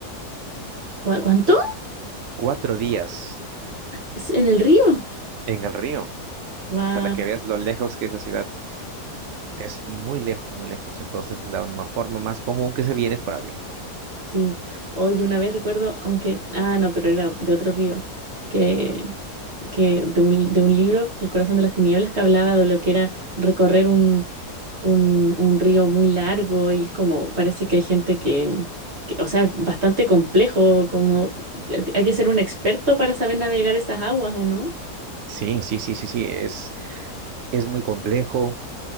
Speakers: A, on the right; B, on the right.
A: ¿Cuá- ¿Cuánto?
B: Cuatro días
A: ¿Es ¿En el río?
B: en el río,
A: Wow.
B: para que veas lo lejos que es la ciudad. Es muy lejos, muy lejos. Entonces, la mejor, más común que se viene es por avión, ¿no?
A: Sí. Oye, una vez recuerdo, aunque, ah, no, pero era de otro río, que, que de un, de un libro, El corazón de las tinieblas, que hablaba de lo que era recorrer un, un río muy largo y es como, parece que hay gente que, que, o sea, es bastante complejo, como eh, hay que ser un experto para saber navegar esas aguas, ¿o no?
B: Sí, sí, sí, sí, sí. Es, es muy complejo.